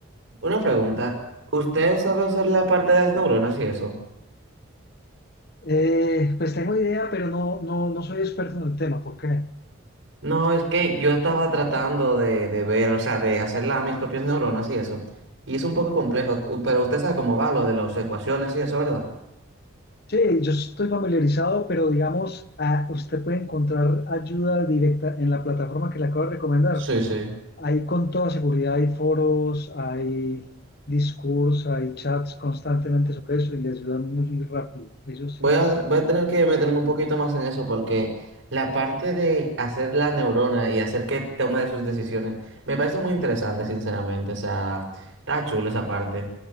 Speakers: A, on the right (about 75°); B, on the left (about 50°).
A: Una pregunta. ¿Usted sabe hacer la parte de las neuronas y eso?
B: Eh, pues tengo idea, pero no, no, no soy experto en el tema. ¿Por qué?
A: No, es que yo estaba tratando de, de ver, o sea, de hacer la- mis propias neuronas y eso. Y es un poco complejo, t- pero usted sabe cómo va lo de las ecuaciones y eso, ¿verdad?
B: Sí, yo estoy familiarizado, pero digamos, ah, usted puede encontrar ayuda directa en la plataforma que le acabo de recomendar.
A: Sí, sí.
B: Hay con toda seguridad, hay foros, hay discursos, hay chats constantemente sobre eso y les ayudan muy rápido. Ellos
A: Voy
B: sí saben.
A: a, tr- voy a tener que meterme un poquito más en eso porque la parte de hacer la neurona y hacer que tome sus decisiones me parece muy interesante, sinceramente. O sea, está chulo esa parte